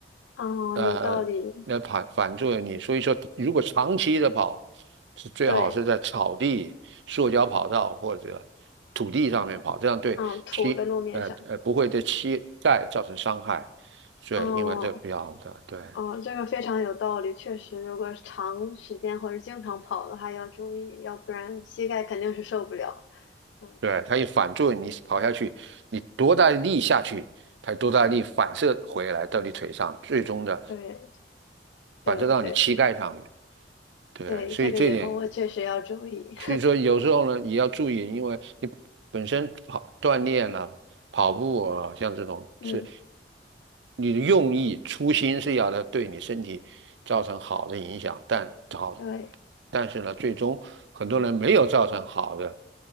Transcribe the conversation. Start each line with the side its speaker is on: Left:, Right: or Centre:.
Left: 哦，
Right: 呃那反反作用力。
Left: 有道理。
Right: 所以说，如果长期的跑，是最好是在草地、
Left: 对，
Right: 塑胶跑道或者土地上面跑，这样对膝呃呃不会对膝盖造成伤害。
Left: 嗯，土的路面上。
Right: 对，
Left: 哦
Right: 因为这比较的对。
Left: 哦，这个非常有道理，确实，如果是长时间或者经常跑的话，要注意，要不然膝盖肯定是受不了。嗯，
Right: 对，它一反作用，你跑下去，你多大的力下去，它多大的力反射回来到你腿上，最终的
Left: 对对对
Right: 反射到你膝盖上面。对，
Left: 对，
Right: 所以这点，
Left: 这个以后我确实要注意。
Right: 所以说有时候呢，也要注意，因为你本身跑锻炼了、跑步啊，像这种是
Left: <laughs> 嗯，
Right: 你的用意、初心是要它对你身体造成好的影响，但好，
Left: 对。
Right: 但是呢，最终很多人没有造成好的，